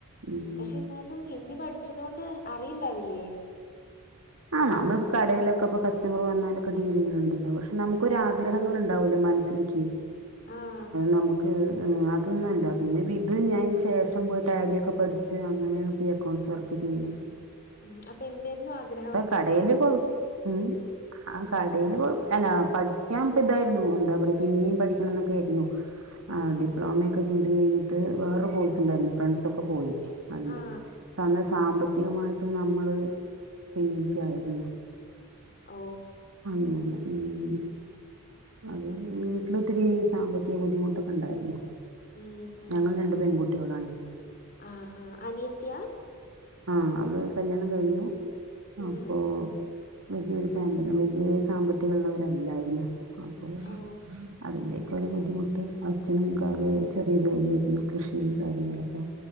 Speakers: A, on the right; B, on the left.
A: ഉം
B: പക്ഷെ ന്നാലും ഹിന്ദി പഠിച്ചതൊണ്ട് അറിയുണ്ടാവില്ലേ?
A: ആ നമ്മളി കടയിലൊക്കെ ഇ കസ്റ്റമർ വന്നാലൊക്കെ ഡീൽ ചെയ്യണുണ്ടല്ലോ. ക്ഷ നമുക്കൊരാ ആഗ്രഹങ്ങൾണ്ടാവല്ലോ മനസ് ഇക്ക്
B: ആഹ
A: നമുക്ക് അതൊന്നുംല്ല പിന്നെ ഇത് ഞാന് ശേഷം പോയി ടാലിയൊക്കെ പഠിച് പക്ഷേ അങ്ങനെയാണ് ഇപ്പോ ഈ അക്കൗണ്ട്സ് വർക്ക് ചെയ്യുന്നത്
B: ഉം അപ്പൊ എന്തായിരുന്നു ആഗ്രഹം?
A: കടേല് പോകും ഉം ആ കടേല് കൊഴ അല്ലാ പഠിക്കാൻ ഇപ്പ ഇതായിരുന്നു എന്താ പറയാ പിന്നെയും പഠിക്കണംന്നൊക്കെ ആയിരുന്നു ആ ഡിപ്ലോമയൊക്കെ ചെയ്തു കഴിഞ്ഞിട്ട് വേറെ കോഴ്സ് ഉണ്ടായിരുന്നു ഫ്രണ്ട്സൊക്കെ പോയി അതിന്
B: ആ
A: പക്ഷേ അന്ന് സാമ്പത്തികമായിട്ടും നമ്മള് പിന്നില്ക്കായിരുന്നു
B: ഓ
A: അങ്ങനെ ഉം അത്കയിഞ്
B: അപ്പം
A: അന്ന് ഇത്തിരി സാമ്പത്തിക ബുദ്ധിമുട്ടൊക്കെ ഉണ്ടായിരുന്നു
B: ഉം ഉം
A: ഞങ്ങൾ
B: ഉം ഇപ്പം
A: രണ്ട് പെൺകുട്ടികളാണ്
B: ആ ഹാ അനിയത്തി ആ
A: ആ അവള് കല്യാണം കഴിഞ്ഞു
B: ഉം
A: അപ്പോൾ വല്യയൊരു ഫാമിലി വല്യ സാമ്പത്തികള്ളവല്ലായിരുന്നു അപ്പോ
B: ഓ
A: അതിൻ്റെഒക്കെ ഒരു ബുദ്ധിമുട്ട് അച്ഛനും കാര്യായി ചെറിയ ജോലിയായിരുന്നു കൃഷി കാര്യങ്ങളൊക്കെ